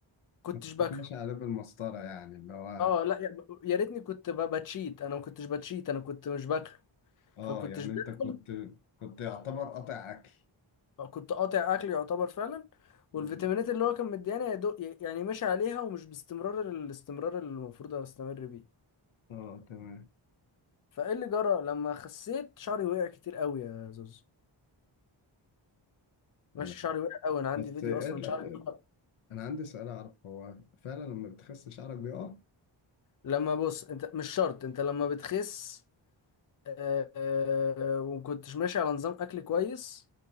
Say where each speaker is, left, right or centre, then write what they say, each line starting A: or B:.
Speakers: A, on the left (about 40°); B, on the left (about 75°).
A: كنتش
B: ما
A: باكله
B: كنتش على باب المسطره يعني اللي هو
A: اه لا يا يا ريتني كنت ب- بتشيت انا ما كنتش بتشيت انا كنت مش باكله
B: اه
A: فكنتش
B: يعني
A: باكل
B: انت كنت كنت يعتبر قاطع اكل
A: كنت قاطع اكل يعتبر فعلا
B: مم.
A: والفيتامينات اللي هو كان مديانا يا دوب يعني ماشي عليها ومش باستمرار الاستمرار اللي المفروض استمر بيه
B: اه تمام
A: فايه اللي جرى لما خسيت شعري وقع كتير قوي يا زوز ماشي
B: يا لهوي.
A: شعري وقع قوي انا عندي
B: بس
A: فيديو
B: إيه
A: اصلا
B: ال-
A: شعري طلع-
B: انا عندي سؤال اعرف هو فعلا لما بتخس شعرك بيقع
A: لما بص انت مش شرط انت لما بتخس آه، آه، ومكنتش ماشي على نظام اكل كويس